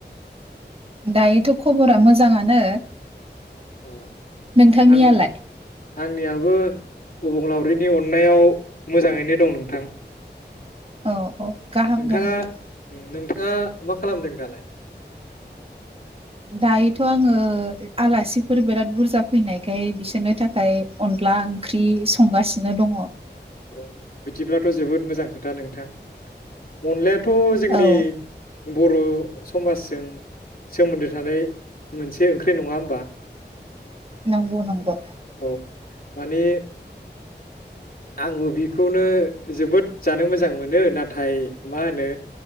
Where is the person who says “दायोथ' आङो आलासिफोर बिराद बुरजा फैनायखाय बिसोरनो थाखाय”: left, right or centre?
Right